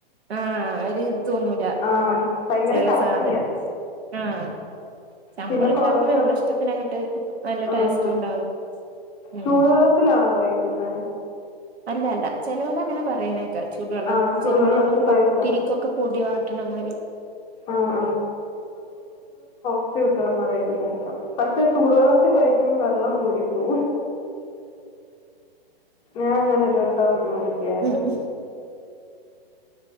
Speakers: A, on the right (about 85°); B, on the left (about 15°).
A: ആഹ് ഒരിത് തോന്നൂല
B: ആഹ് ഭയങ്കര
A: ചില
B: കട്ടിയാ
A: സാധനം ആഹ് നമ്മള്
B: പിന്നെ
A: ഉണ്ടാക്കുമ്പോ
B: കൊറേ ദിവസം
A: നമ്മളെ ഇഷ്ടത്തിന് അങ്ങട്ട് നല്ല ടേസ്റ്റും
B: ആഹ്
A: ഉണ്ടാവും ഉം
B: ചൂടുവെള്ളത്തിലാണോ കൊഴക്ക്ന്നേ
A: അല്ലാ അല്ല ചെലോലങ്ങനെ പറയ്ണേക്കാ ചൂടു വെള്ളം
B: ആഹ് ചൂടുവെള്ളത്തി
A: ചെലോല് ഞമ്മള്
B: കൊഴച്ച
A: പത്തിരിക്കൊക്കെ പൊടി വാട്ട്ണ മായ്രി
B: ആഹ് ഫ്റ്റ് കിട്ടുംന്ന് പറയ്ന്നെ കേക്കാം പക്ഷെ ചൂട് വെള്ളത്തി കൊയയ്ക്കുമ്പം വെള്ളം കൂടി പോവും ആ ഞാനാെ ര്ട്ടം നോക്ക്യാര്ന്ന്
A: ഉം